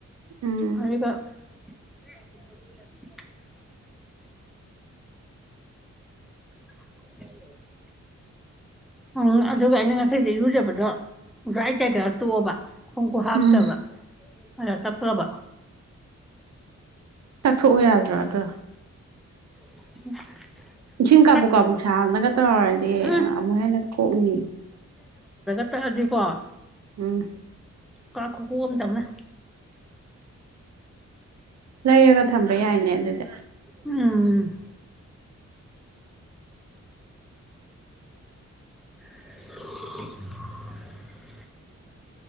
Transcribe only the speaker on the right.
ꯎꯝ
ꯎꯝ
ꯊꯣꯛꯎ ꯌꯥꯗ꯭ꯔꯥ ꯑꯗꯣ
ꯏꯁꯤꯡ ꯀꯥꯕꯨꯛ
ꯀꯥꯕꯨꯛ ꯁꯥꯍꯟꯅꯒ ꯇꯧꯔꯗꯤ
ꯑꯃꯨꯛ ꯍꯦꯟꯅ ꯀꯣꯛꯅꯤ
ꯎꯝ
ꯂꯩꯔꯒ ꯊꯝꯕ ꯌꯥꯏꯅꯦ ꯑꯗꯨꯗꯤ